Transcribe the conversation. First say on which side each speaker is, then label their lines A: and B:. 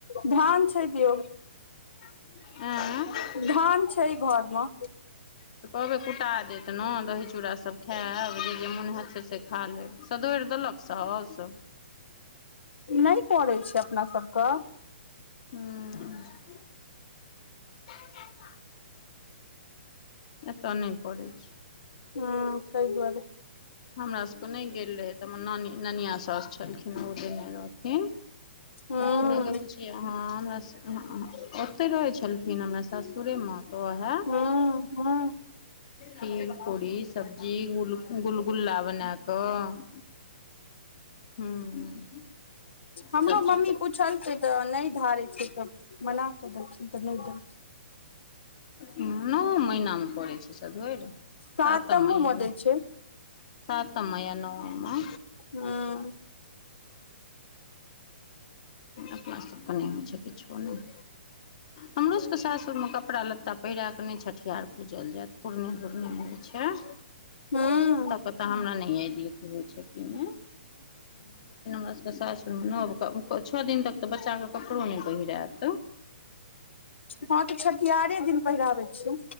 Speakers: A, on the left (about 75°); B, on the left (about 35°).
A: ध्यान सँ दियौ।
B: एँ
A: धान छै घर मे।
B: तऽ कहबै कुटा देत नऽ, दही- चूड़ा सब खाएब, जे- जे मोन हैत से से खा लेब। सधोईर देलक सौस।
A: नै पड़ै छै अपना सभ कऽ।
B: हूँ। एत्तऽ नै पड़ै छै।
A: हँ, तै दुआरे।
B: हमरा सभ के नै गेल रहै तऽ, हमर नानी ननियाँ सासु छलखिन, ओ देने रहथिन। कहलखिन
A: हूँ
B: नै गे बुच्च किए हँ, हमरा स, उहुँ-उहुँ, ओतै रहै छलखिन हमरा सासुरे मे। तऽ ओहए
A: हूँ, हूँ।
B: खीर, पूड़ी, सब्जी, गुल -गुलगुल्ला बना कऽ- हूँ-
A: हमरो
B: सभचीज
A: मम्मी
B: कऽ कऽ
A: पूछल कै तऽ नैय धारेै छै त मना कऽ देलखिन तऽ नैय देलखिन।
B: नौप्पर्नऽ महीना मे पड़ै छै सधौइर?
A: सातमो
B: सातम मयना-
A: मे दै छै
B: सातम मयनवां मे-
A: हूँ।
B: अपना सब केँ नैय होय छैय किछो नैय। हमरो सब के सासुर मे कपड़ा लत्ता पहिरा कऽ नैय छठिहार पूजल जैऽत पुरने- धुरने मे होय छैय।
A: हूँ-
B: ओतऽ हमरा नैय यैद अइ की होय छैय की नैय? लेकिन हमरा सब के सासुर मे नव त क छ दिन तक तऽ बच्चा के कपड़ो नैय पहिरैऽत।
A: हँ त छठिहारे दिन पहिराबै छैय।